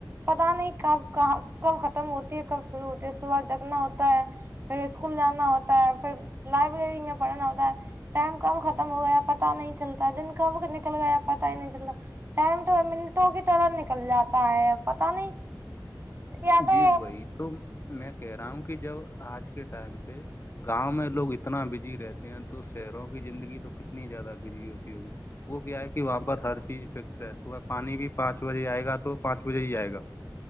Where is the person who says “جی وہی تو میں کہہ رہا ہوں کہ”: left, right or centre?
Left